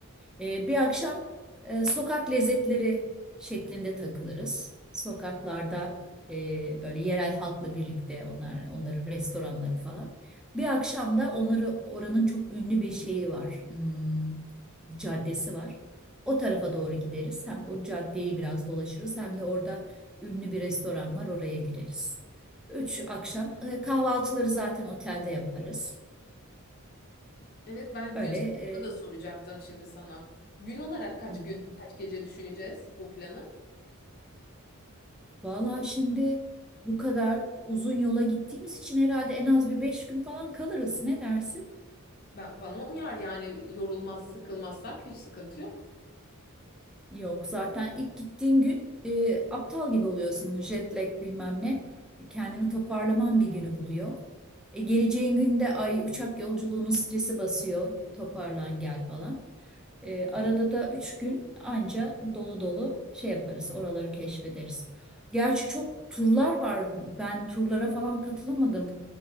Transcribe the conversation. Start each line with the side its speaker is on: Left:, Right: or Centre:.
Centre: Ee, bir akşam e, sokak lezzetleri şeklinde takılırız. Sokaklarda e, böyle yerel halkla birlikte onlar onların restoranları falan. Bir akşam da onları oranın çok ünlü bir şeyi var. hmm, caddesi var. O tarafa doğru gideriz. Hem o caddeyi biraz dolaşırız hem de orada ünlü bir restoran var oraya gireriz. Üç
Left: E,
Centre: akşam e, kahvaltıları zaten otelde yaparız.
Left: Evet ben
Centre: Öyle
Left: gün sayısını
Centre: e,
Left: da soracaktım şimdi sana. Gün olarak kaç
Centre: hı
Left: gün
Centre: hı.
Left: kaç gece düşüneceğiz bu planı?
Centre: Vallahi şimdi bu kadar uzun yola gittiğimiz için herhalde en az bir beş gün falan kalırız. Ne dersin?
Left: Ben, bana uyar yani yorulmaz sıkılmazsak hiç sıkıntı yok.
Centre: Yok zaten ilk gittiğin gün e, aptal gibi oluyorsun. Jet lag bilmem ne. E, Kendini toparlaman bir günü buluyor. E, geleceğin günde ay uçak yolculuğunun stresi basıyor. Toparlan gel falan. E, arada da üç gün anca dolu dolu şey yaparız. Oraları keşfederiz. Gerçi çok turlar var. Ben turlara falan katılamadım.